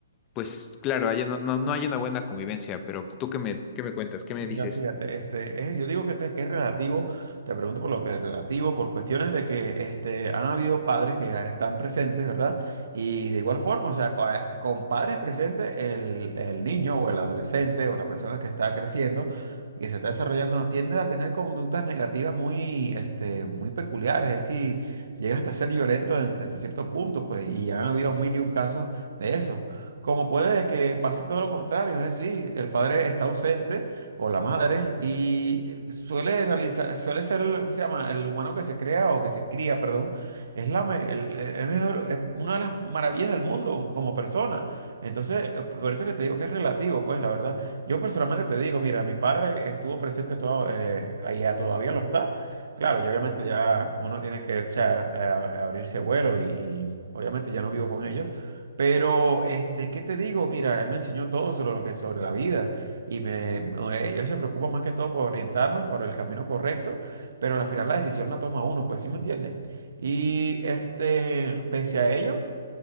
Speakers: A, on the left; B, on the right.
A: Pues claro, haya, no, no, no haya una buena convivencia, pero tú qué me, qué me cuentas, qué me
B: Mira,
A: dices.
B: fíjate, este, es- yo digo que, te- que es relativo, te pregunto por lo que es relativo, por cuestiones de que este, han habido padres que están presentes, ¿verdad? Y de igual forma, o sea, con, con padres presentes, el, el niño o el adolescente o la persona que está creciendo y que se está desarrollando tiende a tener conductas negativas muy, este, muy peculiares, es decir, llega hasta ser violento en- hasta cierto punto, pues, y ya han habido mil y un casos de eso. Como puede que pase todo lo contrario, es decir, el padre está ausente o la madre, y suele realizar, suele ser, el- ¿cómo se llama? El humano que se crea o que se cría, perdón, es la me- el- el mejor, es una de las maravillas del mundo como persona. Entonces, eh, por eso es que te digo que es relativo, pues, la verdad. Yo personalmente te digo, mira, mi padre estuvo presente todo, eh, allá todavía lo está. Claro, y obviamente ya uno tiene que o sea, eh, abrirse vuelo y, y obviamente ya no vivo con ellos. Pero, este, ¿qué te digo? Mira, él me enseñó todo sobre lo que es sobre la vida y me, eh, ellos se preocupan más que todo por orientarnos por el camino correcto, pero al final la decisión la toma uno, pues sí me entienden. Y este, pese a ello.